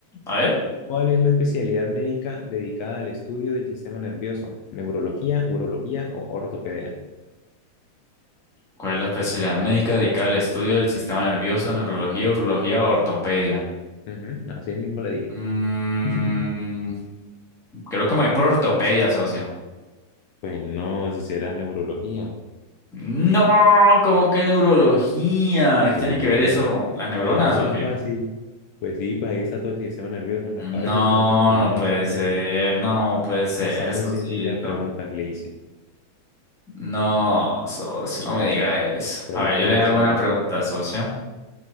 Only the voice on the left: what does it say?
¿Cuál es la especialidad médica dedicada al estudio del sistema nervioso? ¿Neurología, urología o ortopedia?
Ujú, así mismo le dije.
<laughs>
Pues no, eso sí era neurología.
Sí,
era la más
fácil. Pues sí, pues ahí está todo el sistema nervioso en la
cabeza. pues, ¿Cómo
no vas
a ver
eso? O
sea, Está muy
sencilla la pregunta que le hice.
Bueno,
pregúntame
usted
una.